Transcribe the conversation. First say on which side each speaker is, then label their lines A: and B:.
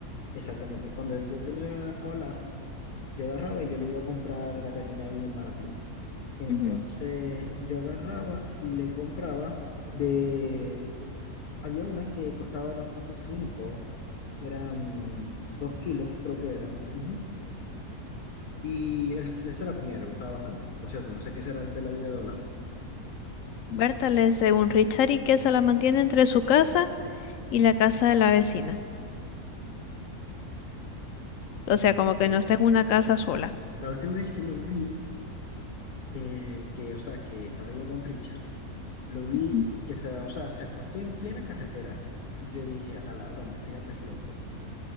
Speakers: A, on the left; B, on the left.
A: exactamente, cuando yo tenía a Olaf, yo agarraba y yo le iba a comprar Gatorina ahí en Maraplu. Entonces
B: ujú,
A: yo agarraba y le compraba de, había una que costaba 2.5, eran 2 kilos, creo que eran. ujú, Y él, él se la comía, le gustaba bastante. Por cierto, no sé qué será de la vida de Olaf.
B: Bertale, según Richard y que se la mantiene entre su casa y la casa de la vecina. O
A: Este,
B: sea, como que no está en una casa sola.
A: la última vez que lo vi eh, que, o sea, que estaba yo con Richard, lo vi
B: Ujú.
A: que se, o sea, se acostó en plena carretera. Y yo dije, a la broma, este gato es loco.